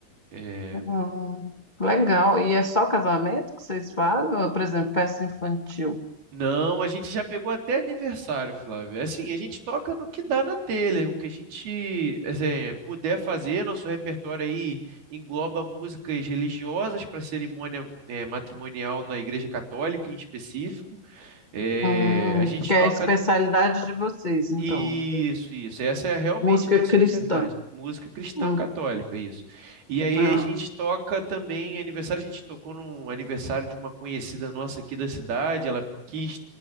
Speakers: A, on the right (about 75°); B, on the left (about 40°).
A: É,
B: Hum, legal. E é só casamento que vocês fazem? Ou, Por exemplo, festa infantil?
A: Não, a gente já pegou até aniversário, Flávio. É Assim, a gente toca no que dá na telha, o que a gente assim, puder fazer. Nosso repertório aí engloba músicas religiosas para cerimônia, é, matrimonial na Igreja Católica em específico É,
B: Hum,
A: a gente
B: que é
A: toca
B: a especialidade de vocês, então.
A: isso, isso. Essa é realmente
B: Música
A: a nossa
B: cristã.
A: especialidade. Música cristã
B: Hum,
A: católica, isso. E aí
B: ah.
A: a gente toca também aniversário, a gente tocou num aniversário de uma conhecida nossa aqui da cidade. Ela quis